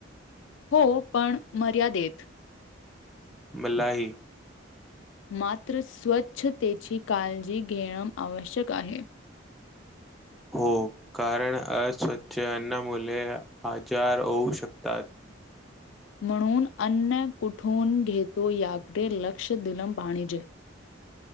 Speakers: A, on the left; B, in the centre.
A: हो पण मर्यादेत
B: मल्ला ही
A: मात्र स्वच्छतेची काळजी घेणं आवश्यक आहे
B: हो कारण अस्वच्छ अन्न मुले आजार होऊ शकतात
A: म्हणून अन्न कुठून घेतो याकडे लक्ष दिलम पाणिजे